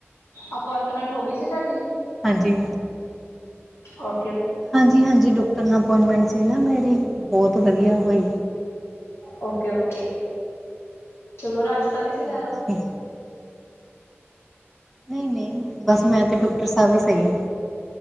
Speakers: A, on the left; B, in the centre.
A: ਅਪਆਇੰਟਮੈਂਟ ਹੋ ਗਈ ਸੀ ਤੁਹਾਡੀ।
B: ਹਾਂਜੀ।
A: ਅ
B: ਹਾਂਜੀ, ਹਾਂਜੀ। ਡਾਕਟਰ ਨਾਲ ਅਪੋਇੰਟਮੈਂਟ ਸੀ ਨਾ ਮੇਰੀ ਬਹੁਤ ਵਧੀਆ ਹੋਈ।
A: ਓਕੇ ਓਕੇ ਤੁੂੰ ਰਾ ਤਾ ਨੀ ਸੀ ਜ਼ਿਆਦਾ।
B: ਹਾਂਜੀ ਨਹੀਂ ਨਹੀਂ ਬਸ ਮੈਂ ਤੇ ਡਾਕਟਰ ਸਾਹਿਬ ਵੀ ਸਹੀ।